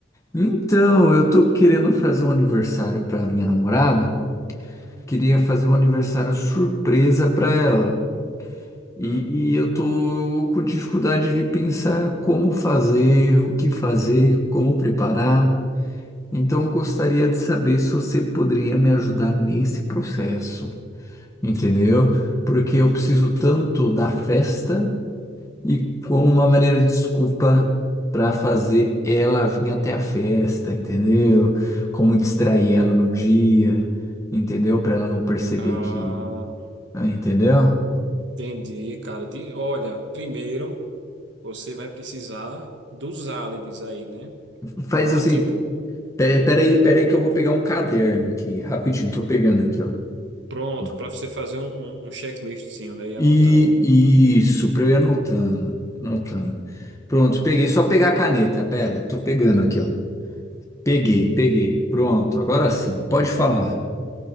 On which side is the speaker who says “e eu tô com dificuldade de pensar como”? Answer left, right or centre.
Left